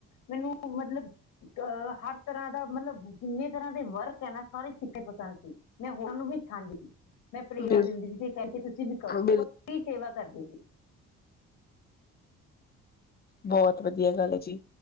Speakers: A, on the left; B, on the left.
A: ਮੈਨੂੰ ਮਤਲਬ ਅ ਹਰ ਤਰ੍ਹਾਂ ਦਾ ਮਤਲਬ ਜਿੰਨੇ ਤਰ੍ਹਾਂ ਦੇ ਵਰਕ ਏ ਨਾ ਸਾਰੇ ਸਿੱਖੇ ਪਸੰਦ ਸੀ। ਮੈਂ ਹੋਰਾ ਨੂ ਵੀ ਸਿਖਾਦੀ ਆ। ਮੈਂ ਪ੍ਰੇਰਨਾ
B: ਬਿਲ
A: ਦਿੰਦੀ ਸੀ ਤੇ ਕੇਦੀ ਤੁਸੀਂ ਵੀ ਕਰੋ ਬੋਤ
B: ਬਿਲ
A: ਹੀ ਸੇਵਾ ਕਰਦੀ ਸੀ।
B: ਬੋਤ ਵਧੀਆ ਗੱਲ ਏ ਜੀ।